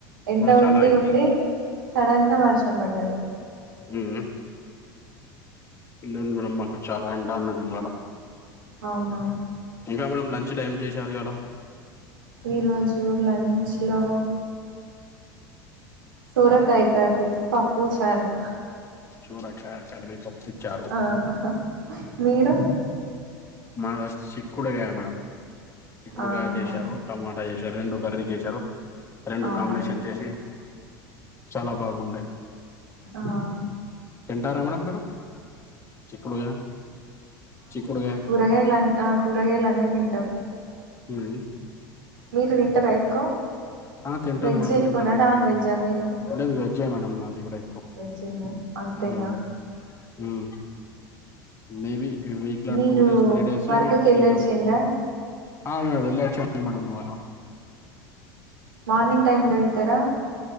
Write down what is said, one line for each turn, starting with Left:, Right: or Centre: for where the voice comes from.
Right: ఎండ
Left: చాలా
Right: ఉండి
Left: అయింది
Right: ఉండి సడన్ గా వర్షం పడ్డది
Left: హ్మ్ లేదు మేడమ్ మాకు చాలా ఎండా ఉన్నది ఇవాళ
Right: అవునా
Left: ఇంకా మేడం లంచ్ లో ఏం చేశారు ఇయాల
Right: ఈ రోజు లంచ్ లో సోరకాయ కర్రీ పప్పు చారు
Left: సూరకాయ కర్రీ పప్పు ఇచ్చారు
Right: ఆ హా మీరు
Left: మాద్ సిక్కుడుగాయ మేడం చిక్కుడుగాయ
Right: ఆహా
Left: చేశారు టమాటా చేసారు రెండు కర్రీ చేశారు రెండు
Right: అవునా
Left: కాంబినేషన్ చేసి చాలా బాగుండాయ్
Right: ఆహా
Left: తింటారా మేడం మీరు చిక్కుడుగ చిక్కుడుగాయ్
Right: కూరగాలంతా ఆ కూరగాయలు అన్నీ తింటాం
Left: ఉమ్.
Right: మీరు తింటారా
Left: ఉమ్.
Right: ఎక్కువ
Left: ఆ తింటాను
Right: వెజ్
Left: మేడంమ్
Right: ఎక్కువనా
Left: తింటాను
Right: నాన్ వెజ్జా మీరు
Left: లేదు వెజ్జే మేడమ్ నాది కూడె
Right: వెజ్జేనా అంతేనా
Left: హ్మ్ హ్మ్ మేబీ వీక్ల
Right: మీరు
Left: టూ డేస్ త్రీ డేస్
Right: వర్క్ కి
Left: తింటాం
Right: వెళ్ళొచ్చిండ్రా
Left: ఆ మేడం వెళ్ళొచ్చాము మేడమ్ వారం
Right: మార్నింగ్ టైమ్ లో వెళ్తారా